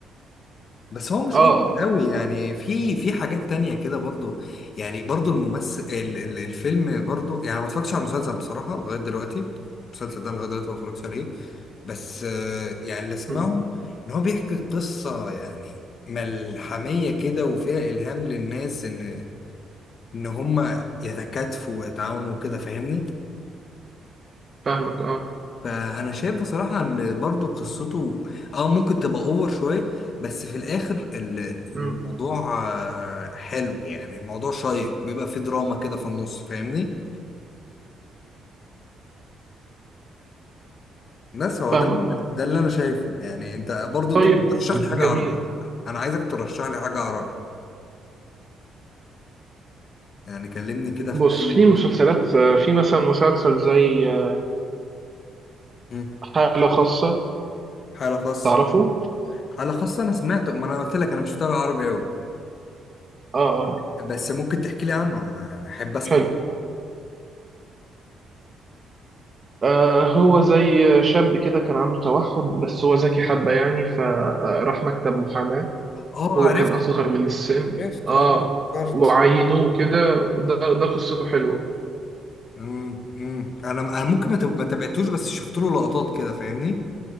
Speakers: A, on the left (about 55°); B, on the right (about 40°).
A: بس هو مش
B: آه
A: اوفر قوي يعني في في حاجات تانية كده برضو يعني برضو الممثل ال ال الفيلم برضو يعني ما اتفرجتش على المسلسل بصراحة لغاية دلوقتي المسلسل ده لغاية دلوقتي ما اتفرجتش عليه بس آه، يعني اللي اسمعه
B: مم.
A: ان هو بيحكي قصة يعني ملحمية كده وفيها الهام للناس ان ان هما يتكاتفوا ويتعاونوا وكده فاهمني
B: فاهمك اه
A: فانا شايف بصراحه ان برضو قصته اه ممكن تبقى اوفر شويه بس في الاخر ال- ال-
B: مم.
A: الموضوع آه، حلو يعني الموضوع شيق بيبقى فيه دراما كده في النص فاهمني بس هو
B: فاهمك
A: ده اللي-
B: اه
A: ده اللي انا شايفه يعني انت برضو
B: طيب
A: انت ممكن ترشح
B: جميل
A: لي حاجه عربي على فكره انا عايزك ترشح لي حاجه عربي يعني كلمني كده
B: بص
A: في اي
B: في
A: وقت.
B: مسلسلات آه، في مثلا مسلسل زي آه،
A: مم.
B: حالة خاصة
A: حاله خاصه
B: تعرفه
A: حاله خاصه انا سمعته ما انا قلت لك انا مش متابع عربي قوي
B: اه اه
A: بس ممكن تحكي لي عنه احب اسمع
B: حلو آه هو زي شاب كده كان عنده توحد بس هو ذكي حبة يعني فراح مكتب محاماة
A: اه
B: هو
A: عرفته
B: كان أصغر من السن
A: عرفته
B: اه
A: اه افتكرت
B: وعينوه كده ده ده قصته حلوة
A: امم امم انا انا ممكن ما تب- ما تابعتوش بس شفت له لقطات كده فاهمني